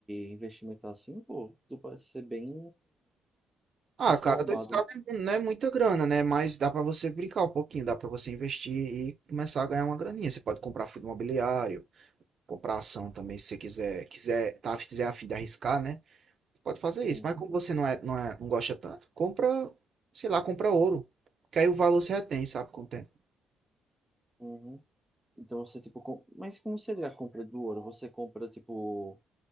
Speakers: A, in the centre; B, on the right.
A: investimento assim, pô? Tu parece ser bem
B: Ah,
A: informado.
B: cara, dois k não é não é muita grana, né? Mas dá pra você brincar um pouquinho, dá pra você investir e começar a ganhar uma graninha. Você pode comprar fundo imobiliário, comprar ação também, se você quiser, quiser, tá, se quiser a fim de arriscar, né? Pode fazer isso.
A: Hum,
B: Mas como você não é, não é, não gosta tanto, compra, sei lá, compra ouro, que aí o valor se retém, sabe, com o tempo.
A: Uhum. Então você, tipo, com... mas como seria a compra do ouro? Você compra, tipo,